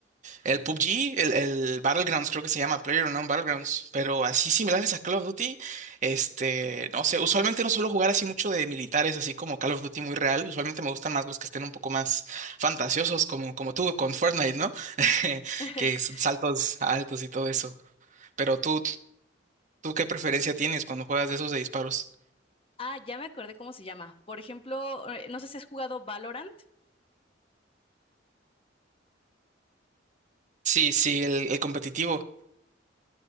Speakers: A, on the right; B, on the left.
A: el PUBG, el, el Battlegrounds, creo que se llama PlayerUnknown's Battlegrounds, pero así similares a Call of Duty, este, no sé, usualmente no suelo jugar así mucho de militares, así como Call of Duty muy real, usualmente me gustan más los que estén un poco más fantasiosos, como, como tú con Fortnite, ¿no? <laughs>
B: <laughs>
A: Que son saltos altos y todo eso. Pero tú, ¿tú qué preferencia tienes cuando juegas de esos de disparos?
B: Ah, ya me acordé cómo se llama. Por ejemplo, eh, no sé si has jugado Valorant.
A: Sí, sí, el, el competitivo.